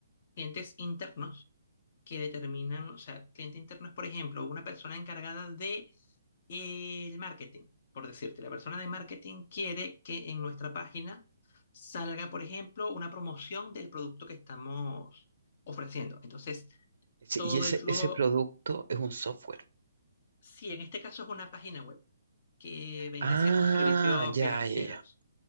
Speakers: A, on the left; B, on the right.
A: clientes internos que determinan, o sea, cliente interno es, por ejemplo, una persona encargada de eh, el marketing, por decirte. La persona de marketing quiere que en nuestra página salga, por ejemplo, una promoción del producto que estamos ofreciendo. Entonces,
B: Sí,
A: todo
B: Y ese,
A: el flujo,
B: ese producto es un software.
A: si en este caso es una página web, que vende
B: Ah,
A: ciertos servicios
B: ya,
A: financieros.
B: ya, ya.